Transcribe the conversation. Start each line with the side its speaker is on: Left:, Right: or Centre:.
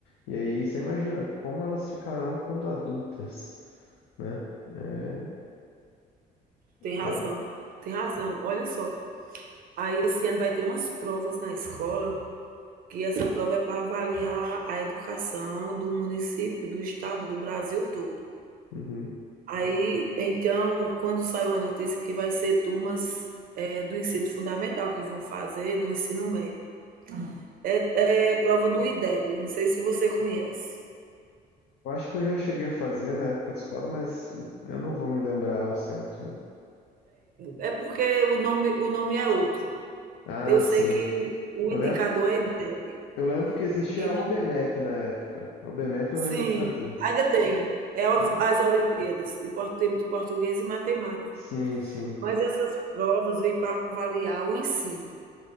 Left: E aí você imagina como elas ficarão quando adultas, né? É,
Right: tem razão,
Left: é-
Right: tem razão. Olha só. Aí esse ano vai ter umas provas na escola, que essa prova é para avaliar a educação do município, do estado, do Brasil todo.
Left: uhum.
Right: Aí, então, quando saiu a notícia que vai ser turmas eh, do ensino fundamental que vão fazer, do ensino médio. É, é prova do IDEB, não sei se você conhece.
Left: Eu acho que eu já cheguei a fazer na época de escola, mas eu não vou me lembrar ao certo, não.
Right: É porque o nome, o nome é outro.
Left: Ah,
Right: Eu sei
Left: sim.
Right: que o
Left: Eu
Right: indicador
Left: lembro,
Right: é IDEB.
Left: eu lembro que existia
Right: Então,
Left: a OBMAP na época. OBMAP eu
Right: sim,
Left: lembro de fazer.
Right: ainda tem. É
Left: Ah,
Right: as Olimpíadas de por- de português e matemática.
Left: Sim, sim.
Right: Mas essas provas vêm para avaliar o ensino.